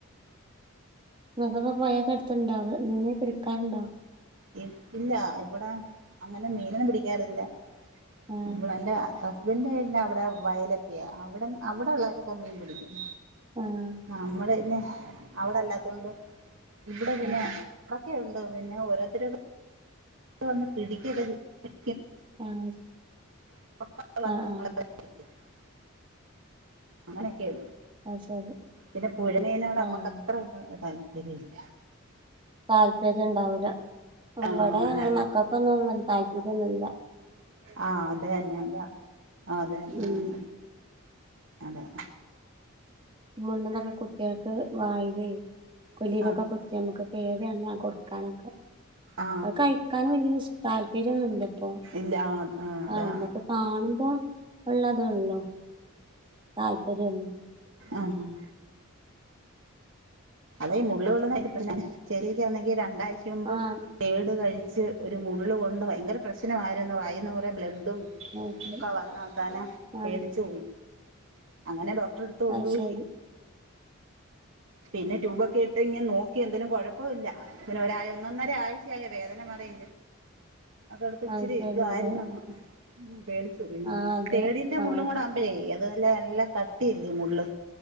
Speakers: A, on the right; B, on the right.
A: മക്കൊക്കെ പോയക്കടുത്തുണ്ടാവ മീനെ പിടിക്കാറുണ്ടോ?
B: ഇ ഇല്ല ഇവിടെ അങ്ങനെ മീനൊന്നും പിടിക്കാറില്ല.
A: ആഹ്
B: ഇടെ എന്റെ ഹസ്ബൻഡന്റെ ക അവിടെ വയലൊക്കെയ അവിടെ അവിടെ ഉള്ളവരൊക്കെ മീൻ പിടിക്കും.
A: ആഹ്
B: നമ്മള് പിന്നെ അവിടെല്ലാത്തൊണ്ട് ഇവിടെ പിന്നെ
A: ആഹ്
B: അടൊക്കെുണ്ട് പിന്നെ ഓരോരുത്തര വന്ന് പിടിക്കൊക്കെ ചെയ
A: ആഹ്
B: <unintelligible>
A: ആഹ് ആഹ്
B: അങ്ങനെയൊക്കെയ.
A: ആഹ ശരി
B: പിന്നെ പുഴമേനോട്
A: ആഹ്
B: അമ്മക്ക് അത്ര താല്പര്യ ഇല്ല
A: താല്പര്യം ഉണ്ടാവൂല ഇവിടെ
B: ആഹ് അതെ
A: അങ്ങനെ മക്കൾക്കൊന്നും താല്പര്യംൊന്നുമില്ല
B: ആഹ അത തന്നെന്താ അതന്നെ
A: ഉം
B: ആഹ അത ആ
A: മണ്ണന്നോ ക്കെ കുട്ടികൾക്ക് വായില് കൊലിയിലൊക്കെ
B: ആ
A: കുത്തി നമുക്ക് പേഡിയാണ് കൊടുക്കാനൊക്കെ
B: ആ
A: അത് കഴിക്കാനും വലിയ താല്പര്യംൊന്നുമല്ല ഇപ്പൊ
B: ഇല്ല ആ അതാ
A: ആഹ നമ്മുക്ക് കാണുമ്പോ ഉള്ളത ഉള്ളോ താല്പര്യമില്ല
B: ആഹ ആ അതെ മുള്ള് വെള്ളന്നപ്പന്നെ ശെരിക്കന്നെങ്കി രണ്ടാഴ്ച മുുമ്പ്
A: ആഹ്
B: ഏട് കഴി വച്ച് ഒരു മള്ള് കൊണ്ട് ഭയങ്കര പ്രശ്നമായിരുന്നു വായന്ന് കുറേ ബ്ലഡ് ഉം
A: അത് ശരി
B: വന്നാക്കാന
A: ആ
B: പേടിച്ചു പോയി അങ്ങനെദ്രോ തട്ടടുത്ത കൊണ്ടുപോയി
A: അത് ശരി
B: പിന്നെ ട്യൂബൊക്കെ ഇട്ട് ഇങ്ങനെ നോക്കി എന്തതിനുംഴപ്പമ ഇില്ല പിന്നെ ഒരാ ഒന്നൊന്നര ആഴ്ചയായ വേദനപറയാൻ
A: <inaudible>
B: അദോടത്തി ഇച്ചിരി
A: അത് ശരി
B: ഇതായിരുന്നങ്
A: അത്
B: പേടി
A: ആ അതെ
B: തേടിന്റെ
A: ആ
B: മുള്ളും കൂടെ അമ്പല അത്ല്ല എല്ലാം കട്ടിയില്ലേ മള്ള്